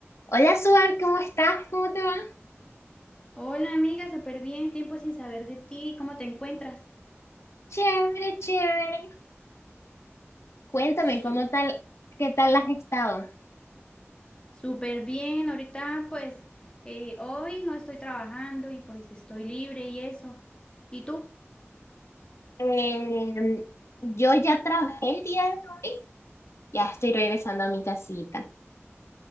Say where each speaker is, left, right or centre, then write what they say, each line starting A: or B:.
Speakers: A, on the left (about 70°); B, on the left (about 20°).
A: Hola, Suar, ¿cómo estás? ¿Cómo te va?
B: Hola amiga, súper bien, tiempo sin saber de ti, ¿cómo te encuentras?
A: Chévere, chévere. Cuéntame,
B: Su-
A: ¿cómo tal, qué tal has estado?
B: súper bien, ahorita pues eh, hoy no estoy trabajando y pues estoy libre y eso. ¿Y tú?
A: Eh, yo ya trabajé el día de hoy, ya estoy regresando a mi casita.